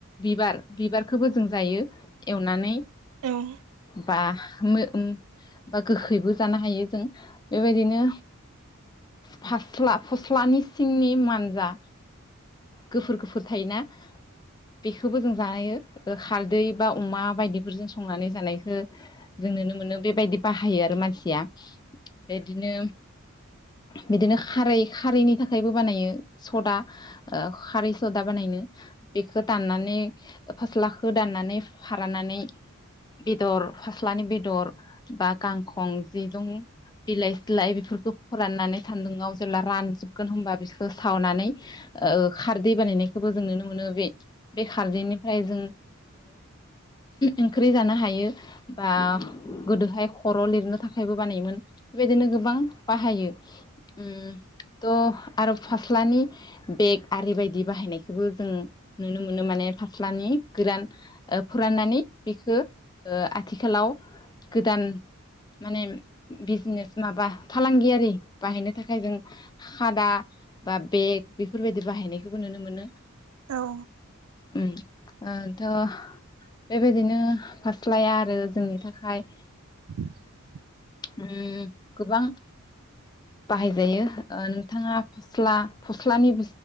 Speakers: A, on the left (about 20°); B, on the right (about 80°).
A: बिबार बिबारखौबो जों जायो एवनानै
B: एह
A: बा <unintelligible> गोखैबो जानो हायो जों बेबायदिनो फास्ला फस्लानि सिंनि मानजा गोफुर गोफुर थायोना बेखौबो जों जायो खारदै बा अमा बाय दिफोरजों संनानै जानायखौ जों नुनो मोनो बेबायदि बाहायो आरो मानसि या बिदिनो बिदिनो खारै खारैनि थाखायबो बानायो सदा खारै सदा बानायनो बेखौ दाननानै फास्लाखौ दाननानै फारानानै बेदर फास्लानि बेदर बा गांखं जिदुं बिलाइ सिलाय बेफोरखौ फोराननानै सान्दुंङाव जेब्ला रानजोबगोन होमबा बिसोरखौ सावनानै खारदै बानायनायखौबो जों नुनो मोनो बे बे खारदैनिफ्राय जों ओंख्रि जानो हायो बा गोदोहाय खर' लिरनो थाखाय थाखाइबो बानायोमोन बेबायदिनो गोबां बाहायो उम थ' आरो फास्लानि बेग आरि बायदि बाहायनायखौबो जों नुनो मोनो माने फास्लानि गोदान फोराननानै बेखौ ओ आथिखालाव गोदान माने बिजनेस माबा फालांगियारि बाहायनो थाखाय जों खादा बा बेग बेफोरबायदि बाहायनायखौबो नुनो मोनो
B: औ
A: ओ थ' बेबायदिनो फास्लाया आरो जोंनि थाखाय
B: <unintelligible>
A: उम गोबां बाहायजायो नोंथाङा फस्ला फस्लानि